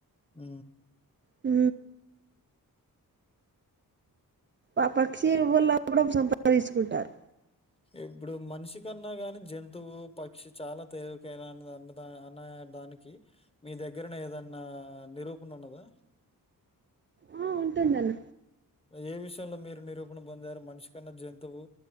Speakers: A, on the left (about 15°); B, on the right (about 35°).
A: ఊ
B: ఊ ఆ పక్షి వల్ల కూడా సంపాదించుకుంటారు
A: ఇప్పుడు మనిషికన్నా గాని జంతువు ప పక్షి చాలా తేలిక అయినా అన్నా అన్నదాన దానికి మీ దగ్గరనే ఏదన్నా నిరూపణ ఉన్నదా
B: ఆ ఉంటుంద అన్న
A: ఏ విషయంలో మీరు నిరూపణ పొందారు మనిషి కన్నా జంతువు